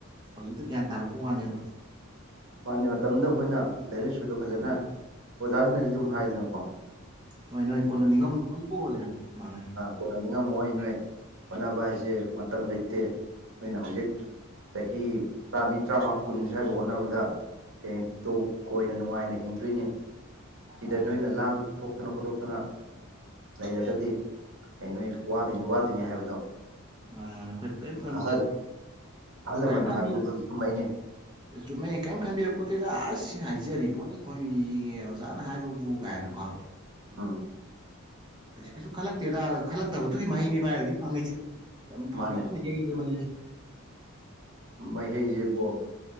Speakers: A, on the right (about 20°); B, on the right (about 60°).
A: ꯍꯧꯖꯤꯛꯇ ꯒ꯭ꯌꯥꯟ ꯇꯥꯔꯛꯄ ꯋꯥꯅꯦꯕ꯫
B: ꯃꯥꯅꯦ ꯃꯇꯝꯗꯣ ꯑꯩꯈꯣꯏꯅ ꯂꯥꯏꯔꯤꯛ ꯂꯥꯏꯁꯨꯗꯣ ꯐꯖꯅ ꯑꯣꯖꯥꯁꯤꯡꯅꯗꯤ ꯑꯗꯨꯝ ꯍꯥꯏꯗꯅꯀꯣ꯫
A: ꯍꯣꯏ ꯅꯣꯏ ꯀꯣꯟꯅ ꯅꯤꯡꯉꯝꯗꯣ ꯑꯩ ꯄꯣꯛꯁꯦ ꯃꯥꯅꯦ
B: ꯀꯣꯟꯅ ꯅꯤꯡꯉꯝꯃꯣꯏ ꯅꯣꯏ ꯍꯣꯠꯅꯕ ꯍꯥꯏꯁꯦ ꯃꯇꯝ ꯂꯩꯇꯦ ꯅꯣꯏꯅ ꯍꯧꯖꯤꯛ ꯆꯍꯤ ꯇꯔꯥꯃꯔꯤ ꯇꯔꯥꯃꯉꯥ ꯀꯨꯟ ꯁ꯭ꯋꯥꯏꯕ ꯍꯣꯠꯅꯕꯗ ꯍꯌꯦꯡ ꯇꯨꯡ ꯀꯣꯏꯅ ꯅꯨꯡꯉꯥꯏꯅ ꯍꯤꯡꯗꯣꯏꯅꯦ ꯁꯤꯗ
A: ꯃꯥꯅꯦ ꯃꯥꯅꯦ
B: ꯅꯣꯏꯅ ꯂꯥꯡ ꯊꯣꯛꯇꯅ ꯈꯣꯠꯇꯣꯛꯇꯅ꯫ ꯂꯩꯔꯒꯗꯤ ꯑꯦ ꯅꯣꯏ ꯋꯥꯗꯣꯏꯅꯤ ꯋꯥꯗꯣꯏꯅꯤ ꯍꯥꯏꯕꯗꯣ꯫
A: ꯃꯥꯅꯤ ꯃꯥꯅꯦ ꯑꯩꯈꯣꯏꯅ ꯀꯔꯤꯝ
B: ꯑꯍꯜ ꯑꯍꯜ ꯂꯃꯟꯅ
A: ꯀꯔꯤꯝ ꯈꯟꯕꯤꯗꯥ
B: ꯍꯥꯏꯕꯗꯨ ꯃꯩ ꯀꯨꯝꯃꯛꯏꯅꯦ
A: ꯆꯨꯝꯃꯦ ꯀꯔꯤꯝ ꯈꯟꯕꯤꯔꯛꯄꯗꯦꯗ ꯥ ꯑꯁ ꯍꯥꯏꯖꯔꯤꯕꯣꯅꯤ ꯑꯩꯈꯣꯏ ꯃꯤꯒꯤ ꯑꯣꯖꯥꯅ ꯍꯥꯏꯕꯕꯨ ꯀꯥꯏꯅ <unintelligible> ꯎꯝ
B: ꯎꯝ
A: ꯀꯩꯁꯨ ꯈꯜꯂꯛꯇꯦꯗ ꯈꯜꯂꯛꯇꯕꯗꯨꯒꯤ ꯃꯍꯩꯅꯤ ꯚꯥꯏ ꯍꯧꯖꯤꯛ ꯐꯪꯉꯤꯁꯦ ꯌꯥꯝ ꯐꯪꯉꯦ
B: ꯃꯥꯅꯦ
A: ꯐꯅ ꯌꯩꯔꯦ ꯃꯥꯍꯩꯖꯦ꯫
B: ꯃꯍꯩꯖꯦꯕꯨ